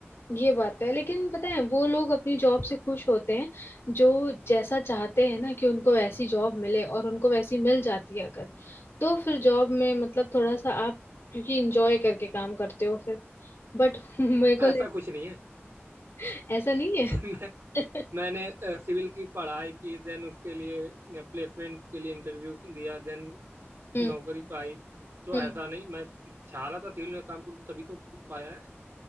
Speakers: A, on the left; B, on the right.
A: ये बात है लेकिन पता है वो लोग अपनी जॉब से खुश होते हैं जो जैसा चाहते हैं ना कि उनको वैसी जॉब मिले और उनको वैसी मिल जाती है अगर तो फिर जॉब में मतलब थोड़ा सा आप क्योंकि इंजॉय करके काम करते हो फिर बट <laughs> मेरे को लग...
B: ऐसा कुछ नहीं है
A: <laughs> ऐसा नहीं
B: <laughs>
A: है
B: मैं
A: <laughs>
B: मैंने सिविल की पढ़ाई की देन उसके लिए प्लेसमेंट के लिए इंटरव्यू दिया देन
A: हम्म
B: नौकरी पाई तो
A: हम्म
B: ऐसा नहीं मैं चाह रहा था सिविल में काम करूँ तभी तो पाया है